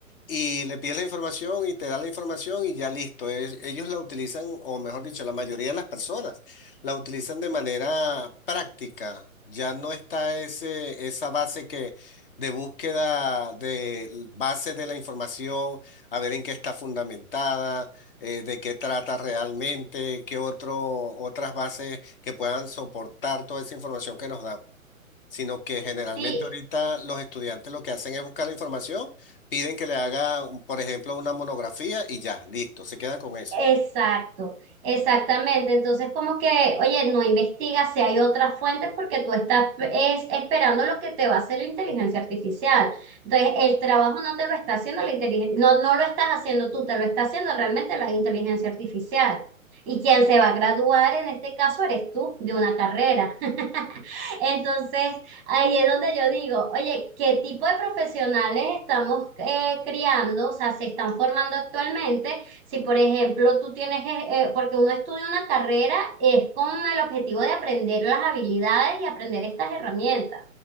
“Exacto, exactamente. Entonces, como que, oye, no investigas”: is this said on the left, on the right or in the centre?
Right